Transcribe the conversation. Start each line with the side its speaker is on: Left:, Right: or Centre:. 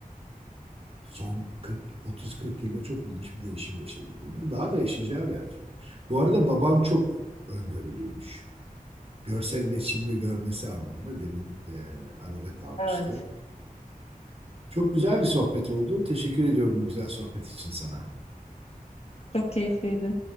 Right: son 40 30-40 yılda çok ilginç bir değişim yaşadı Daha da yaşayacağı benziyor. Bu arada baban çok öngörülüymüş. Görsel iletişimde görmesi anlamında demin e, arada kalmıştı.
Left: Evet.
Right: Çok güzel bir sohbet oldu. Teşekkür ediyorum bu güzel sohbet için sana.
Left: Çok keyifliydi.